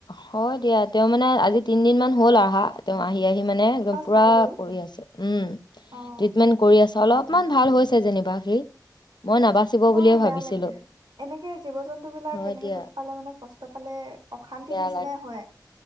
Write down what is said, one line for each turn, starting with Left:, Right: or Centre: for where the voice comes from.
Left: হয় দিয়া তেওঁ মানে আজি তিনদিন মান হল আহা তে আহি আহি মানে একদম
Right: অ',
Left: পুৰা
Right: চাই গ'ল
Left: কৰি আছে উম
Right: অ',
Left: ট্ৰিটমেন্ট কৰি আছে অলপমান ভাল হৈছে যেনিবা সি মই নাবাচিব
Right: বৰ
Left: বুলিয়ে ভাবিছিলো
Right: বেয়া লাগে এনেকে জীৱ জন্তু বিলাক
Left: হয়
Right: এনেকে
Left: দিয়া
Right: দুখ পালে মানে কষ্ট পালে অশান্ত
Left: বেয়া
Right: তি নিচিনা
Left: লাগে
Right: হয়